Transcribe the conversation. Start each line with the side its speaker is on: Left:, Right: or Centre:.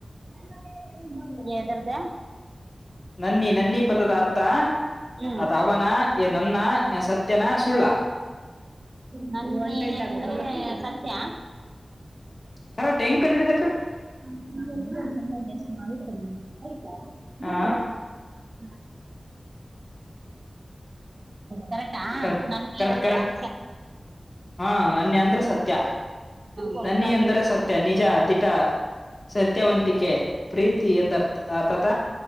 Right: <unintelligible> <unintelligible> ಎದ್ರದ
Left: ನನ್ನಿ ನನ್ನಿ ಪದದ ಅರ್ಥ
Right: ಹ್ಮ್
Left: ಅದ ಅವನ ಏ ನನ್ನ ಎ ಸತ್ಯನ ಸುಳ್ಳ
Right: ನೆ <unintelligible> <unintelligible> ಸತ್ಯ <unintelligible>
Left: <unintelligible> <unintelligible> ಕಂಡಿರ್ತತೆ
Right: <unintelligible> <unintelligible> ಹಲ್ ಮಾಡಲ್ಲ ಆಯ್ತಾ ನೋಡ್ರೆ
Left: ಹಾ
Right: <unintelligible> <unintelligible> ಕರೆಟ್ ಆ
Left: ಕರೆಕ್ಟ್
Right: ನನ್ನ <unintelligible>
Left: ಕರೆಕ್ಟ್ ಕರೆಕ್ಟ್
Right: <unintelligible>
Left: ಹಾ ನನ್ನಿ ಅಂದ್ರೆ ಸತ್ಯ
Right: ಹೋಗ್ತಾ
Left: ನನ್ನಿ ಅಂದ್ರೆ
Right: ಮಿ-
Left: ಸತ್ಯ ತನಿಜ ದಿಟ ಸತ್ಯವಂತಿಕೆ ಪ್ರೀತಿ ಎಂದರ್ಥ್ ಅರ್ಥತ.